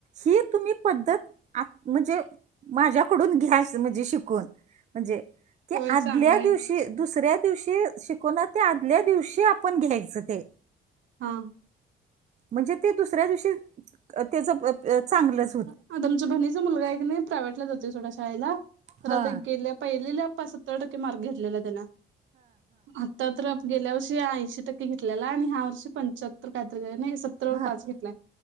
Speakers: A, on the right (about 35°); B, on the right (about 70°).
A: ही तुम्ही पद्धत आ म्हणजे माझ्याकडून घ्या. म्हजे शिकून म्हणजे, ते
B: होय
A: आदल्या
B: चांगलं आहे
A: दिवशी
B: की.
A: ते दुसऱ्या दिवशी शिकवणार, ते आदल्या दिवशी आपण घ्यायचं ते
B: हा
A: म्हणजे ते दुसऱ्या दिवशी अ तेज अ चांगलचं
B: आता आमच्या बहीणीचा मुलगा हाय कनय, प्रायव्हेटला जातोय सोडा शाळेला, तर
A: हा
B: आता गेल्या पहिलीला पार सत्तर टक्के मार्क घेतलेला त्यानं आता तर गेल्या वर्षी ऐंशी टक्के घे घेतलेला. आणि ह्या वर्षी पंच्याहत्तर काय तर नाय सत्तरवर
A: पंच्याहत्तर
B: पाच
A: टक्के
B: घेतलाय